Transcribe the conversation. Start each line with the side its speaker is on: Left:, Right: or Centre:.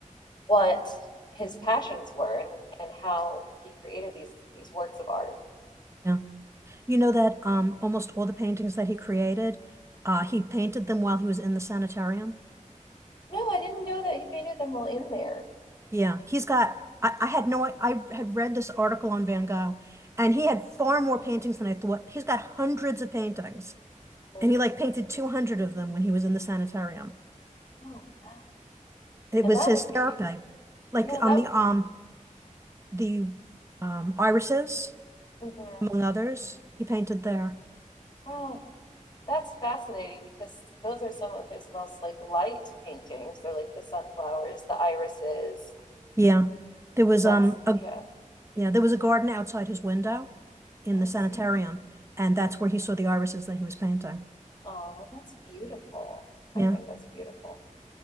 Left: what his passions were and, and how he created these these works of art.
Right: Yeah. You know that um, almost all the paintings that he created, uh, he painted them while he was in the sanitarium.
Left: No, I didn't know that he painted them all in there.
Right: Yeah, he's got. I, I had no. I had read this article on Van Gogh, and he had far more paintings than I thought. He's got hundreds of paintings,
Left: Mhm.
Right: and he like painted 200 of them when he was in the sanitarium.
Left: Oh wow.
Right: It
Left: And
Right: was
Left: that
Right: his
Left: would
Right: therapy,
Left: be
Right: like
Left: yeah,
Right: on
Left: that
Right: the um the um irises,
Left: mhm.
Right: among others. He painted there.
Left: Yeah. Wow. That's fascinating because those are some of his most like light paintings. They're like the sunflowers, the irises,
Right: Yeah, there was
Left: suns.
Right: um a
Left: Yeah.
Right: Yeah, there was a garden outside his window in
Left: Oh,
Right: the sanitarium,
Left: I see.
Right: and that's where he saw the irises that he was painting.
Left: Oh, well, that's beautiful.
Right: Yeah.
Left: I think that's beautiful.